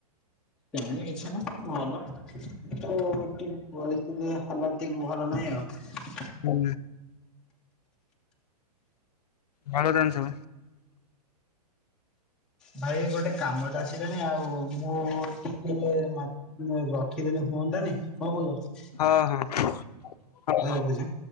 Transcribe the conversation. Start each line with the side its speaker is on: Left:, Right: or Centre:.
Centre: କିଛି ନା ଭଲ କିୁ ଟିକେ ପରିସ୍ଥିତିଲା ଟିକେ ଭଲ ନହିଁ ଆଉ।
Left: ହୁଁ। ଭଳ ତ ସୁ
Centre: ଭାଇ ଗୋଟେ କାମ ତ ଆସିଲାଣି ଆଉ ମୁଁ ଟିକେ ରଖିଦେନେ ହୁଅନ୍ତାଆନି କଣ କହୁଛ?
Left: ହଁ ହଁ।
Centre: ହ ରଖୁଛି।